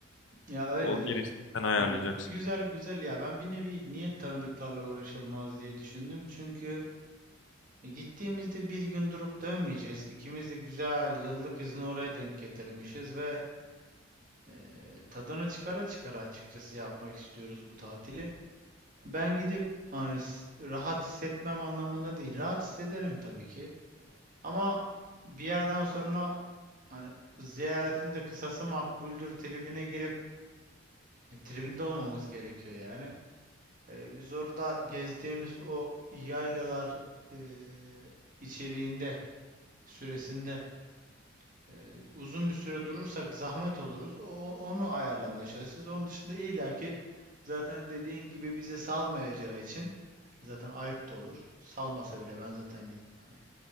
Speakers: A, on the right; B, on the left.
A: Ya öyle
B: O
A: öyle.
B: gerisini sen ayarlayacaksın.
A: Ya güzel güzel ya ben bir nevi niye tanıdıklarla uğraşılmaz diye düşündüm. Çünkü e, gittiğimizde bir gün durup dönmeyeceğiz. İkimiz de güzel yıllık izni oraya denk getirmişiz ve e, tadını çıkara çıkara açıkçası yapmak istiyoruz bu tatili. Ben gidip hani s- rahat hissetmem anlamında değil. Rahat hissederim tabii ki. Ama bir yerden sonra Hani ziyaretin de kısası makbuldür tribine girip e, tribinde olmamız gerekiyor yani. E, biz orada gezdiğimiz o yaylalar e, içeriğinde süresinde e, uzun bir süre durursak zahmet oluruz. O, onu ayarlamaya çalışacağız. Onun dışında illaki zaten dediğin gibi bizi salmayacağı için zaten ayıp da olur. Salmasa bile ben zaten gidip hani